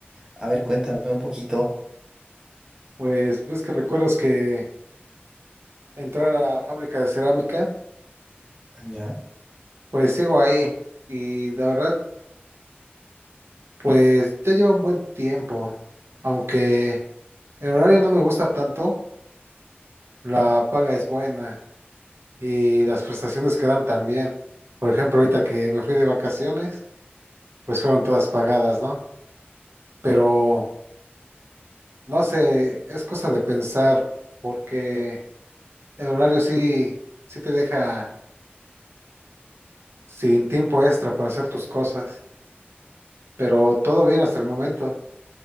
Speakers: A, on the right; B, on the right.
A: A ver, cuéntame un poquito.
B: Pues ves que recuerdas que entrar a fábrica de cerámica,
A: ¿Ya?
B: pues sigo ahí, y la verdad, pues ya lleva un buen tiempo, aunque... El horario no me gusta tanto, la paga es buena y las prestaciones que dan también. Por ejemplo, ahorita que me fui de vacaciones, pues fueron todas pagadas, ¿no? Pero no sé, es cosa de pensar porque el horario sí, sí te deja sin tiempo extra para hacer tus cosas, pero todo bien hasta el momento.